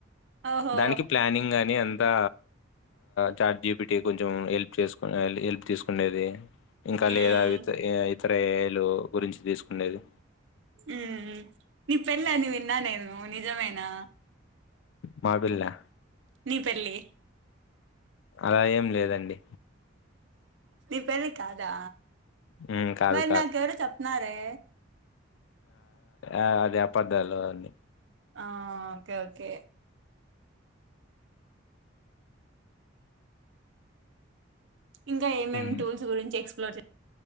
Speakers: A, on the right (about 70°); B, on the left (about 70°).
A: ఓహో
B: దానికి ప్లానింగ్ అని అంతా చార్ జీపీటి కొంచెం హెల్ప్ చేసుకు హెల్ప్ తీసుకుండేది ఇంకా
A: మ్మ్
B: లేదా ట్రేలు గురించి తీసుకునేేది
A: ఉ నీ పెళ్ళి అని విన్నా నేను నిజమేనా
B: మాడుల్లా
A: నీ పెళ్లికి
B: అలా ఏం లేదండి
A: నీ పెళ్లి కాదా
B: హ్మ్. కాదు
A: మరి నాకు ఎవరు చెప్పనారే
B: ఆ అది అపధ్ధాలు అన్నీ
A: ఆ ఓకే ఓకే ఇంకా ఏమేం
B: హ్మ్.
A: టూల్స్ గురించి ఎక్స్ప్లోర్